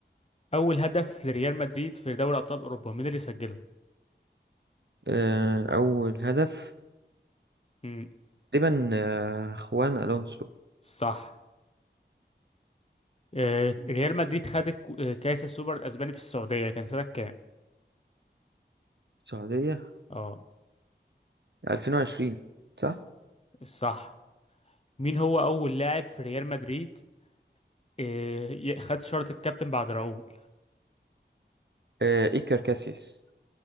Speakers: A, on the left (about 35°); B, on the right (about 70°).
A: اول هدف لريال مدريد في دوري ابطال اوروبا مين اللي سجله
B: آه، أول هدف
A: امم
B: تقريبا آه، خوان ألونسو
A: صح آه ريال مدريد خد الك- آه، كاس السوبر الاسباني في السعودية كان سنة كام
B: السعودية
A: اه
B: 2020 صح؟
A: صح مين هو أول لاعب في ريال مدريد آه، ي- خد شارة الكابتن بعد راؤول
B: آه، إيكر كاسياس